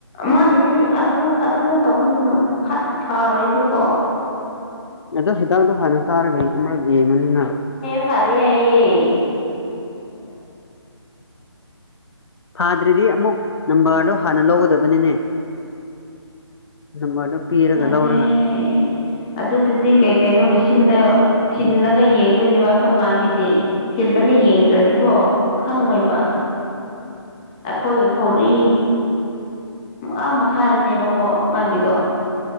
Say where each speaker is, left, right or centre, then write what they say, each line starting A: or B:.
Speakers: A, on the left; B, on the left.
A: ꯃꯥꯒꯤꯗ ꯑꯗꯨ ꯑꯗꯨꯅ ꯇꯧꯕꯅꯤꯅ ꯐꯠ ꯐꯔꯣꯏꯕꯀꯣ
B: ꯑꯗꯣ ꯍꯤꯗꯥꯛꯗꯣ ꯍꯥꯟꯅ ꯇꯥꯔꯒꯩ ꯑꯃꯛ ꯌꯦꯡꯉꯨꯅꯤꯅ
A: ꯐꯗꯏꯌꯦ
B: ꯐꯥꯗ꯭ꯔꯗꯤ ꯑꯃꯨꯛ ꯅꯝꯕꯔꯗꯣ ꯍꯥꯟꯅ ꯂꯧꯒꯗꯕꯅꯤꯅꯦ ꯅꯝꯕꯔꯗꯣ ꯄꯤꯔꯒ
A: ꯐꯗꯌ
B: ꯂꯧꯔꯒ
A: ꯑꯗꯨꯗꯨꯗꯤ ꯀꯩ ꯀꯩꯅꯣ ꯃꯦꯆꯤꯟꯗ ꯊꯤꯟꯜꯂꯒ ꯌꯦꯡ ꯑꯗꯨꯗꯣꯏꯅꯦꯕ ꯑꯩꯈꯣꯏ ꯃꯥꯒꯤꯗꯤ ꯊꯤꯜꯂꯒ ꯌꯦꯡꯗ꯭ꯔꯗꯤꯀꯣ ꯈꯪꯉꯣꯏꯕ ꯑꯩꯈꯣꯏꯒ ꯀꯧꯔꯤ ꯑꯥ ꯃꯈꯥꯗꯅꯦꯕꯀꯣ ꯃꯥꯒꯤꯗꯣ